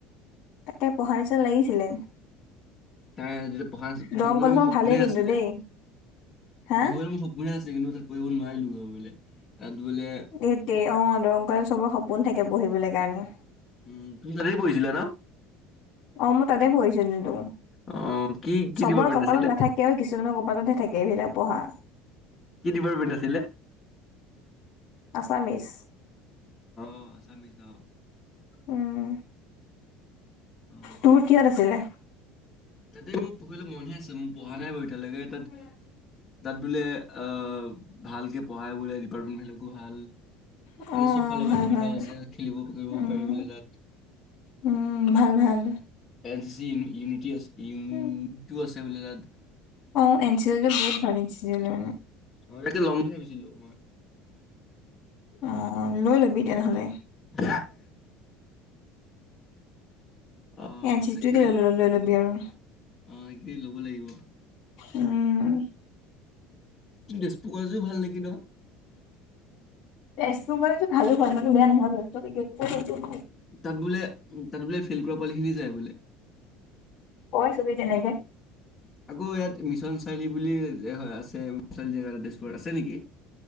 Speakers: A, on the left; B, on the left.
A: ততে পঢ়া নিচিনা লাগিছিলে
B: তাই তেতিয়া পঢ়া পঢ়িবলৈ
A: দৰং কলেজখন
B: মোৰ সপোনে
A: ভালেই কিন্তু
B: আছিলে
A: দেই হা
B: পঢ়িবলৈ মোৰ সপোনে আছিলে কিন্তু। পৰি নোৱাৰিলো বোলে তাত বোলে
A: সতে অ দৰংকাৰত চবৰ সপোন থাকে এতিয়া পঢ়িবলৈ কাৰণে
B: উম তুমি তাতে পঢ়িছিলা ন।
A: অ মই তাতে পহিছিলো
B: অ কি কি
A: চবৰ
B: ডিপাৰ্টমেণ্ট
A: কপালত
B: আছিলে
A: নাথাকেও কিছুমানৰ কপালতহে থাকে এইবিলাক পঢ়া
B: কি ডিপাৰ্টমেণ্ট আছিলে
A: আছামিছ
B: আহ আছামিজ ন।
A: উম
B: অ
A: তোৰ কিহত আছিলে
B: তাতে মোক পঢ়িলে মনহে আছে মোৰ পঢ়া নাই বাৰু এতিয়ালৈকে তাত তাত বোলে অ ভালকে পঢ়াই বোলে পাৰেল ভাল
A: অ
B: এানে
A: অ
B: চব ফালৰ পৰা
A: ভাল
B: সুবিধাও
A: ভাল
B: আছে খেলিব মেলিবও
A: উম
B: পাৰি বোলে তাত
A: উম ভাল ভাল
B: এন চ ইউনটিজ ইট
A: উম,
B: আ <unintelligible>
A: অ এন চি এল বহুত ভাল এন চিল মানে
B: অ তয়াতে ল'ম বুলি ভাবিছিলো মই
A: অ লৈ লবি তেনেহলে
B: <unintelligible> আহ
A: এন চি
B: তাকেই
A: চিটোকে লৈ ল লৈ ল'বি আৰু
B: আহ একেই ল'ব লাগিব।
A: উম
B: তেজপুৰ কলেজো ভাল নেকি ন
A: তেজপুৰ কলেজ ভালো হয় ইমানো বেয়া নহয় বাৰু
B: তাত বোলে তাত বোলে ফেইল কৰা পোৱালিখিনি যায় বোলে
A: <unintelligible> তেনেকে
B: আকৌ ইয়াত মিছন চাৰিআলি বুলি হয় আছে মিছন জেগা এটা তেজপুৰত আছে নেকি?